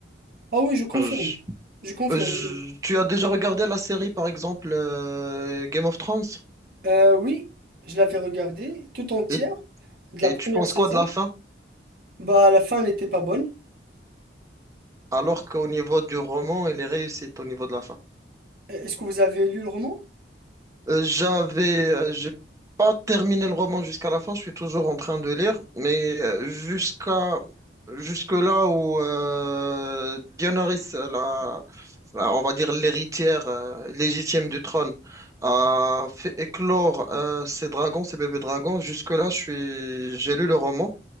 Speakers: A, on the right; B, on the right.
A: Ah oui, je confirme.
B: Je-
A: Je confirme.
B: je- tu as déjà regardé la série, par exemple, euh, Game of Thrones,
A: Euh, oui, je l'avais regardé tout entière
B: et,
A: de
B: et
A: la première
B: tu penses
A: saison.
B: quoi de la fin?
A: Bah, la fin n'était pas bonne.
B: Alors qu'au niveau du roman, elle est réussie au niveau de la fin.
A: Euh, Est-ce que vous avez lu le roman?
B: Euh, j'avais, euh, j'ai pas terminé le roman jusqu'à la fin, je suis toujours en train de lire, mais euh, jusqu'à jusque là où euh, Daenerys, euh, la, la- on va dire l'héritière euh, légitime du trône, a fait éclore euh, ses dragons, ses bébés dragons. Jusque là, je suis, j'ai lu le roman,